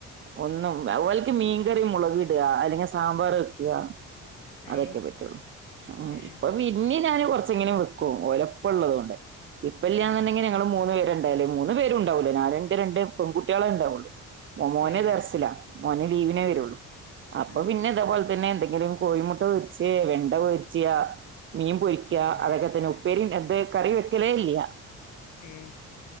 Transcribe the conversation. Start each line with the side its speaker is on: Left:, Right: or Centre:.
Right: ഒന്നുംല മീൻകറി മുളക് ഇടുക അല്ലെങ്കിൽ സാമ്പാർ വെക്കുക
Left: അയ്
Right: അതൊക്കെ പറ്റുള്ളൂ
Left: ഏഹ്
Right: ഇപ്പൊ പിന്ന ഞാൻ കുറച്ചെങ്കിലും വെക്കും ഒലപ്പമ ഉള്ളത കൊണ്ട് ഇപ്പ ഇല്ലന്നുണ്ടെങ്കിൽ
Left: ആഹ്
Right: ഞങ്ങള്
Left: ആഹ്
Right: മൂന്ന് പേരുണ്ട് ഉണ്ടാലേ മൂന്ന് പേരു ഉണ്ടാവല്ലോ നാലന്റെ രണ്ട് പെൺകുട്ടികളെ ഉണ്ടാവുള്ളു മ മോനെ
Left: ഏഹ്
Right: തർസില ലീവിനെ നെ
Left: ആഹ്
Right: വരുള്ളൂ അപ്പ
Left: ആഹ്
Right: പിന്നെ ഇതേപലെ
Left: ആഹ്
Right: തെ എന്തെലും കോഴിമുട്ട വെടിച്ച് വെണ്ട വെടിച്ചെയ മീൻ പൊരിക്കുക
Left: ഏഹ്
Right: അതൊക്കെ തന്നെ ഉപ്പേരി എന്ത് കറി വെക്കലേ ഇല്ലയ
Left: ഏഹ്